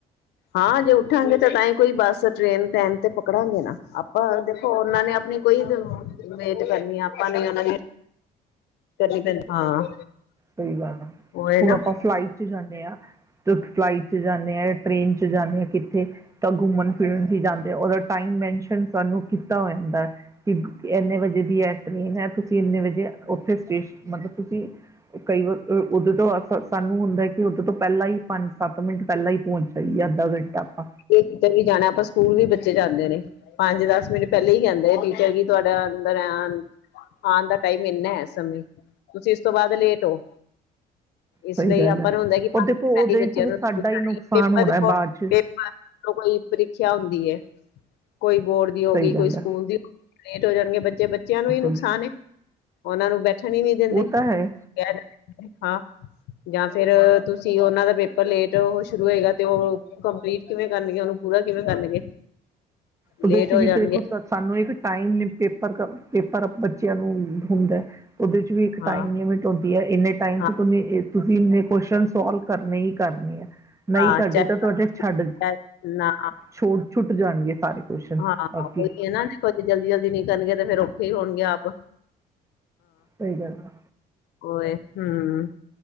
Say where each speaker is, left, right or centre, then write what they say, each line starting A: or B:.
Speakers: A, on the left; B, on the right.
A: ਹਾਂ ਜੇ ਉੱਠਾਂਗੇ ਤਾਂ ਤਾਂ ਹੀ ਕੋਈ ਬੱਸ, ਟ੍ਰੇਨ ਟੈਮ ਤੇ ਪਕੜਾਂਗੇ ਨਾ। ਆਪਾਂ ਦੇਖੋ ਉਹਨਾਂ ਨੇ ਆਪਣੀ ਕੋਈ ਵੇਟ ਕਰਨੀ ਆ ਆਪਾਂ ਨੇ ਉਹ ਦੀ ਕਰਨ ਪ ਹਾਂ
B: ਸਹੀ ਗੱਲ ਆ।
A: ਉਹ ਹੈ
B: ਹੁਣ
A: ਨਾ
B: ਆਪਾਂ ਫਲਾਈਟ ਚ ਜਾਂਦੇ ਹਾਂ। ਤੇ ਫਲਾਈਟ ਚ ਜਾਂਦੇ ਹਾਂ। ਟੇਨ ਚ ਜਾਂਦੇ ਆਾਂ ਕਿੱਥੇ ਤਾਂ ਘੁੰਮਣ, ਫਿਰਨ ਵੀ ਜਾਂਦੇ। ਆ ਟਾਈਮ ਮੈਂਸ਼ਨ ਸਾਨੂੰ ਕੀਤਾ ਹੋ ਜਾਂਦਾ ਇੰਨੇ ਵਜੇ ਦੀ ਹੈ ਟ੍ਰਰੇਨ ਹੈ ਤੁਸੀਂ ਇੰਨੇ ਵਜੇ ਉੱਥੇ ਸਟੇਸ਼ਨ ਮਤਲਬ ਤੁਸੀਂ ਕਈ ਵਾਰ ਉਦੇੋਂ ਤੋਂ ਅਸ ਸਾਨੂੰ ਹੁੰਦਾ ਕਿ ਉਦੇੋਂ ਤੋਂ ਪਹਿਲਾਂ ਹੀ ਪੰਜ ਸੱਤ ਮਿੰਟ ਪਹਿਲਾਂ ਹੀ ਪਹੁੰਚ ਜਾਈਏ ਅੱਧਾ ਘੰਟਾ। ਆਪਾਂ
A: ਕਿਤੇ ਵੀ ਜਾਣਾ ਆਪਾਂ ਸਕੂਲ ਵੀ ਬੱਚੇ ਜਾਂਦੇ ਨੇ। ਪੰਜ ਦਸ ਮਿੰਟ ਪਹਿਲੇਾਂ ਹੀ ਕਹਿੰਦੇ ਆ ਟੀਚਰ ਜੀ ਤੁਹਾਡਾ ਅੰਦਰ ਐ ਆਉਣ ਦਾ। ਟਾਈਮ ਇੰਨਾ ਹੈ ਸਮੇਂ। ਤੁਸੀਂ ਇਸ ਤੋਂ ਬਾਅਦ ਲੇਟ ਹੋ। ਇਸ
B: ਸਹੀ
A: ਲਈ
B: ਗੱਲ
A: ਆਪਾਂ
B: ਹੈ
A: ਨੂੰ ਹੁੰਦਾ ਕਿ
B: ਉਹ
A: ਪੰਜ
B: ਦੇਖੋ
A: ਮਿੰਟ ਪਹਿਲੇ
B: ਉਹਦੇ
A: ਬੱਚਿਆਂ
B: ਚ
A: ਨੂੰ ਸਕੂਲ
B: ਸਾਡਾ
A: ਜਾਣਾ
B: ਹੀ ਨੁਕਸਾਨ
A: ਪੇਪਰ
B: ਹੋਣਾ
A: ਦੇਖੋ
B: ਹੈ ਬਾਅਦ ਚ।
A: ਪੇਪਰ ਕੋਈ ਪ੍ਰੀਖਿਆ ਹੁੰਦੀ ਹੈ। ਕੋਈ ਬੋਰਡ ਦੀ ਹੋ
B: ਸਹੀ
A: ਗਈ ਕੋਈ
B: ਗੱਲ
A: ਸਕੂਲ
B: ਹੈ।
A: ਦੀ। ਲੇਟ ਹੋ ਜਾਣਗੇ ਬੱਚੇ। ਤੇ ਬੱਚਿਆਂ ਨੂੰ ਹੀ ਨੁਕਸਾਨ।
B: ਬਿਲਕੁਲ।
A: ਉਹਨਾਂ ਨੂੰ ਬੈਠ। ਛਮੀ ਨੀ ਦਿੰਦੇ
B: ਉਹ
A: ਕਹਿ।
B: ਤਾਂ ਹੈ।
A: ਹਾਂ ਜਾਂ ਫੇਿਰ ਤੁਸੀਂ ਉਹਨਾਂ ਦਾ ਪੇਪਰ ਲੇਟ ਸ਼ੁਰੂ ਹੋਏਗਾ ਤੇ ਉਹ ਕੰਪਲੀਟ। ਕਿਵੇਂ ਕਰਨਗੇ ਉਹਨੂੰ -ਪੂਰਾ ਕਿਵੇਂ ਕਰਨਗੇ
B: ਉਹਦੇ
A: ਲੇਟ
B: ਚ
A: ਹੋ
B: ਵੀ
A: ਜਾਣਗੇ
B: ਦੇਖੋ ਸਾਨੂੰ ਇੱਕ ਟਾਈਮ ਪੇਪਰ। ਪਰ ਬੱਚਿਆਂ ਨੂੰ ਹੂੰਦਾ। ਉਹਦੇ ਚ ਵੀ ਇੱਕ
A: ਹਾਂ
B: ਟਾਈਮ ਲਿਮਿਟ ਹੁੰਦੀ ਹੈ। ਇੰਨੇ ਟਾਈਮ
A: ਹਾਂ
B: ਚ ਤੁਹ ਤੁਸੀਂ ਇੰਨੇ ਕੁਸ਼ਚਨ ਸੋਲਵ ਕਰਨੇ ਹੀ ਕਰਨੇ ਆ। ਨਹੀਂ
A: ਹਾਂ
B: ਕਰਢੇ
A: ਚਾਹੇ
B: ਤਾਂ ਤੁਹਾਡੇ ਛੱਡ-
A: ਨਾ
B: ਛੋਟ ਛੁੱਟ ਜਾਣਗੇ ਸਾਰੇ। ਕੁਸ਼ਚਨ
A: ਹਾਂ
B: ਬਾਕੀ
A: ਉਹੀ ਇਹ ਨਾ ਜਲਦੀ ਜਲਦੀ ਨੀ ਕਰਨਗੇ ਤੇ ਫੇਰ ਉਹ। ਫ੍ਰੀ ਹੋਣਗੇ ਆਪ
B: ਸਹੀ ਗੱਲ ਆ।
A: ਉਏ ਹਮ।